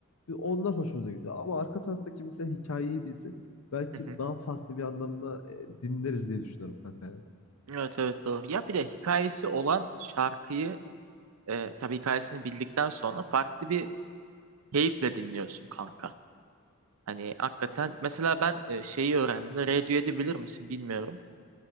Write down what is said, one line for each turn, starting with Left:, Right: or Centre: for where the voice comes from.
Left: Ve Onlar hoşumuza gidiyor. Ama arka taraftaki mesela hikayeyi bilsek belki
Right: Hı hı.
Left: daha farklı bir anlamda e, dinleriz diye düşünüyorum kanka. ya.
Right: Evet evet doğru. Ya bir de hikayesi olan şarkıyı e, tabii hikayesini bildikten sonra farklı bir keyifle dinliyorsun kanka. Hani hakikaten mesela ben e, şeyi öğrendim de Radiohead'i bilir misin bilmiyorum.